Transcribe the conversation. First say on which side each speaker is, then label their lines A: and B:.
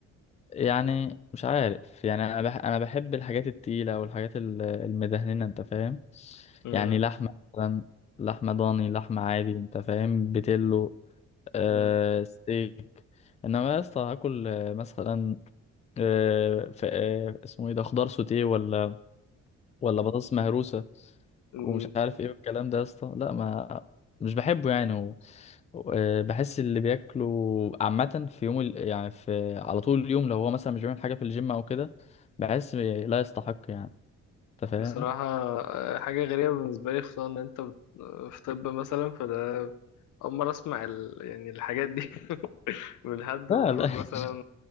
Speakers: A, on the left (about 25°); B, on the left (about 75°).
A: يعني مش عارف يعني انا بح انا بحب الحاجات التقيله والحاجات ال- المدهننه انت فاهم
B: مم.
A: يعني لحمه مثلا لحمه ضاني لحمه عادي انت فاهم بتلو آه
B: مم.
A: ستيك انما يا اسطى هاكل آه، مثلا آه ف- آه، اسمه ايه ده خضار سوتيه ولا ولا بطاطس مهروسه
B: مم.
A: ومش عارف ايه والكلام ده يا اسطى لا ما مش بحبه يعني و... و- آه، بحس اللي بياكلوا عامة في يوم ال... يعني في على طول اليوم لو هو مثلا مش بيعمل حاجة في الجيم او كده بحس لا يستحق يعني انت فاهم
B: بصراحة آه، حاجة غريبة بالنسبة لي خصوصا إن أنت بت- آه، في طب مثلا فده أول مرة أسمع ال... يعني الحاجات دي <laughs> من حد
A: لا
B: المفروض
A: لا <laughs>
B: مثلا